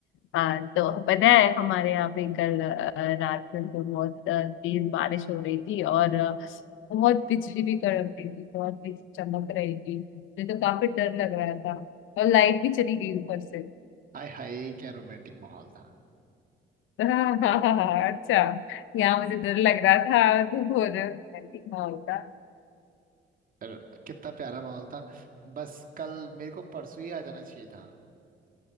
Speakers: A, on the left; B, on the right.
A: हाँ तो पता है हमारे यहाँ पे कल अ, रात में तो बहुत अ, तेज बारिश हो रही थी और अ, बहुत बिजली भी कड़क रही थी बहुत बिजली चमक रही थी मुझे तो काफी डर लग रहा था और लाइट भी चली गई ऊपर से
B: हाय हाय क्या रोमांटिक माहौल था
A: <laughs> हाँ हाँ हाँ हाँ, अच्छा यहाँ मुझे डर लग रहा था <laughs> तू बोल रहे हो कि हाँ होता
B: पर कितना प्यारा माहौल था बस कल मेरे को परसों ही आ जाना चाहिए था